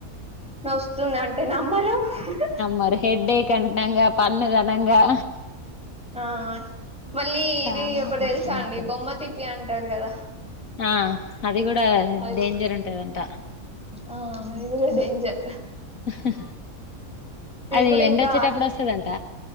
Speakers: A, in the centre; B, on the left.
A: వస్తుంది అంటే నమ్మరు హ్ హ్
B: మరి హెడేక్ కంటంగా పన్నుఘనంగా
A: ఆ మళ్ళీ
B: చాలా
A: ఇది ఒకటి
B: కష్టం
A: తెలుసా అండి
B: అసలు
A: బొమ్మ తిప్పి అంటారు కదా
B: ఆ అది కూడా
A: అది
B: డేంజర్ ఉంటదంట
A: ఆ అది కూడా డేంజర్
B: హ హ అది
A: కూడా
B: ఎండ
A: ఇంకా
B: వచ్చేటప్పుడు
A: అది
B: వస్తదంట